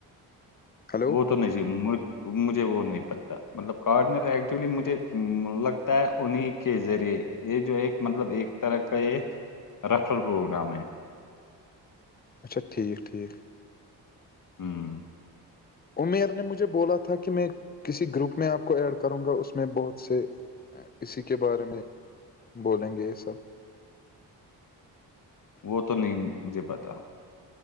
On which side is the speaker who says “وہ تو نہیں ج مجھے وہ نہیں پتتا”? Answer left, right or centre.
Left